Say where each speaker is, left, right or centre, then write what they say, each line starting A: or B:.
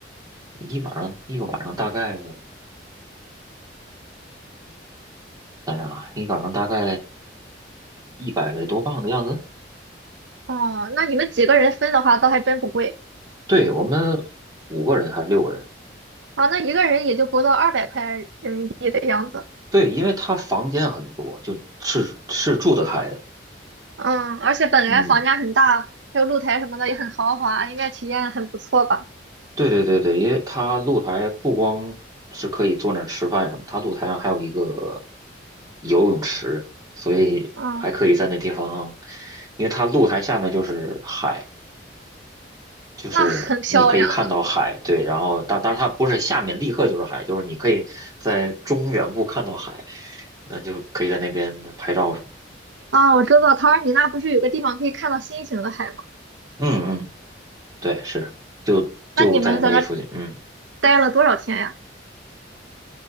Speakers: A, on the right (about 20°); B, on the right (about 80°).
A: 一晚上一个晚上大概，哎呀，一晚上大概一百多磅的样子。
B: 哦，那你们几个人分的话，倒还真不贵
A: 对，我们五个人还是六个人？
B: 啊。那一个人也就不到二百块人民币的样子。
A: 对，因为他房间很多，就是是住得开的。
B: 嗯，而且本来房价很大，
A: 嗯。
B: 还有露台什么的也很豪华，应该体验很不错吧？
A: 对对对对，因为它露台不光是可以坐那儿吃饭什么，它露台上还有一个游泳池，所以还可以在那地方，
B: 嗯，
A: 因为它露台下面就是海，就是你可以看到海，
B: 那很漂亮了
A: 对，然后但但是它不是下面立刻就是海，就是你可以在中远部看到海，那就可以在那边拍照什么的。
B: 啊！我知道他尔米那不是有个地方可以看到星星的海吗？
A: 嗯嗯，对，是，就就在那附近，
B: 那你们在那儿
A: 嗯，
B: 待了多少天呀？